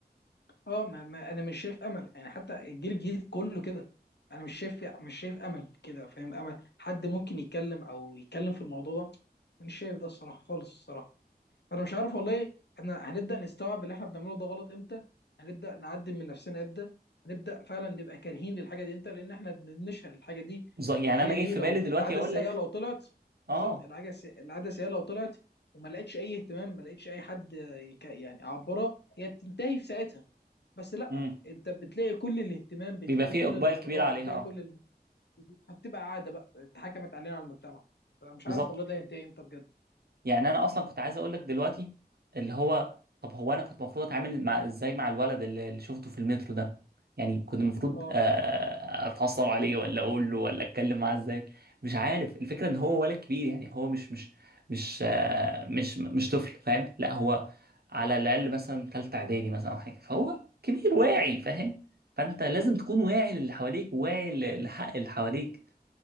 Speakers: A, on the left (about 80°); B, on the right (about 65°).
A: اه ما, ما انا مش شايف امل يعني حتى الجيل الجديد كله كده انا مش شايف مش شايف امل كده فاهم امل حد ممكن يتكلم او يتكلم في الموضوع ده مش شايف ده الصراحه خالص الصراحه انا مش عارف والله احنا هنبدا نستوعب اللي احنا بنعمله ده غلط امتى هنبدا نعدل من نفسنا امتى هنبدا فعلا نبقى كارهين للحاجه دي امتى لان احنا بنشهر الحاجه دي
B: ز- يعني
A: الحاجه
B: انا جاي
A: دي
B: في
A: لو
B: بالي دلوقتي
A: العاده
B: اقول
A: السيئه
B: لك
A: لو طلعت
B: اه
A: بالظبط العاده السي- العاده السيئه لو طلعت وما لقتش اي اهتمام ما لقتش اي حد يك- يعني يعبرها هي بتنتهي في ساعتها بس لا
B: امم
A: انت بتلاقي كل الاهتمام بتلاقي
B: بيبقى فيه
A: كل
B: اقبال
A: الاعتبار
B: كبير عليها
A: بتلاقي
B: اه
A: كل ال... فبتبقى عاده بقى اتحكمت علينا على المجتمع فمش
B: بالظبط
A: عارف والله ده هينتهي امتى بجد
B: يعني انا اصلا كنت عايز اقول لك دلوقتي اللي هو طب هو انا كنت المفروض اتعامل مع ازاي مع الولد اللي اللي شفته في المترو ده يعني كنت المفروض
A: اه
B: آه، اتعصب عليه ولا اقول له ولا اتكلم معاه ازاي مش عارف الفكره ان هو ولد كبير يعني هو مش مش مش آه، مش مش طفل فاهم لا هو على الاقل مثلا ثالثه اعدادي مثلا او حاجه فهو كبير واعي
A: ايوه ايوه
B: فاهم فانت لازم تكون واعي للي حواليك واعي لحق اللي حواليك